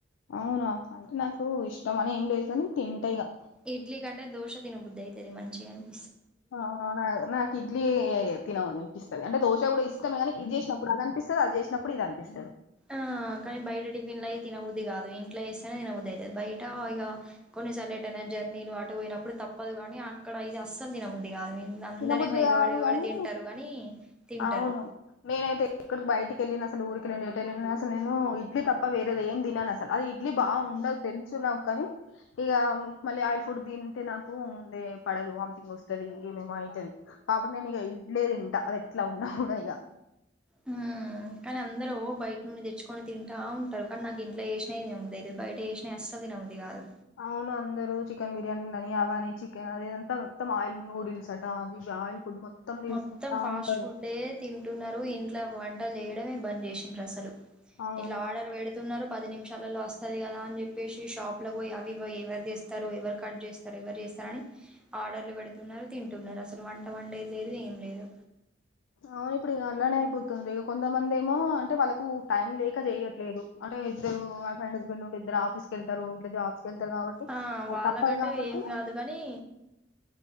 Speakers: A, on the left; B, in the centre.
A: అవునా అంటే నాకు ఇష్టం అని ఏం లేదు కానీ తింటా ఇగా.
B: ఇడ్లీ కంటే దోశ తినబుద్ది అయితది మంచిగా అంటే.
A: ఆహ్ నాకు ఇడ్లీ తినలనిపిస్తంది అంటే దోశ కూడా ఇ ఇష్టమే కానీ ఇది చేసినప్పుడు అది అనిపిస్తది. అది చేసినప్పుడు ఇది అనిపిస్తది.
B: ఆహ్ కానీ బయట టిఫిన్లయి తినబుద్ది కాదు ఇం ప్లేస్. ఇంట్లానే తినబుద్ది అయితది బయట ఇంకా. కొన్నిసార్ లేట్ అయినా జర్నీలు అటు పోయినప్పుడు తప్పదు. కానీ అక్కడ ఇది అస్సలు తిన బుద్ది కాదు. అందరేమో
A: తినబుద్ధి
B: ఎగబడి
A: కాదు
B: ఎగబడి
A: కాని
B: తింటారు కానీ తింటారు
A: అవును నేనైతే ఎక్కడికి బయటికి వెళ్ళిన సరే. అసలు ఊరికిండి ఎటై అసలు నేను ఇడ్లీ తప్ప వేరేది ఏం తినను అసలు అది ఇడ్లీ బా ఉండదు తెలుసు నాకు కానీ ఇక మళ్ళీ ఆయిల్ ఫుడ్ తింటే నాకు ముందే పడదు వామ్థింగ్ వస్తుంది ఇగ అయితది కాబటి నేను ఇక ఇడ్లే తింటా అది ఎట్లా ఉన్నా కూడా ఇగ
B: హ్మ్మ్ కాని అందరు బయట నుండి తెచ్చుకొని తింటా ఉంటారు కానీ నాకు ఇంట్లో చేసినయి తినబుద్ది అయితది బయట చేసినయి అస్సలు తినబుద్ది కాదు.
A: అవును అందరు చికెన్ బిర్యానీ అని అవని చికెన్ అదదంతా మొత్తం ఆయిల్ నూడిల్స్ అట అవి ఆయిల్ ఫుడ్ తీసుకుంటా
B: మొత్తం ఫాస్ట్
A: ఉంటారు
B: ఫుడ్డే తింటున్నారు ఇన్ ఇట్లా వంటలు చేయడమే బంద్ చేసిండ్రసలు
A: అవును
B: ఇట్లా ఆర్డర్ పెడుతున్నారు పది నిమిషాలలో వస్తది కదా అని చెప్పేసి షాప్ లో పోయి అవి ఎవరు తీస్తారు ఎవరు కట్ చేస్తారు ఎవరు చేస్తారు అని ఆర్డర్లు పెడుతున్నారు తింటున్నారు అసలు వంట వండే లేదు ఏం లేదు
A: అవును ఇప్పుడు ఇక అలానే అయిపోతుంది ఇక కొంతమంది ఏమో అంటే వాళ్ళకు టైం లేక చెయట్లేదు అంటే ఇద్దరు వైఫ్ అండ్ హస్బెండ్ ఉంటే ఇద్దరు ఆఫీస్కి వెళ్తారు ఇట్ల జాబ్స్ కి వెళ్తారు కాబట్టి
B: ఆ
A: అది
B: వాళ్ళకంటే
A: తప్పదు కాబట్టి
B: ఏం కాదు కానీ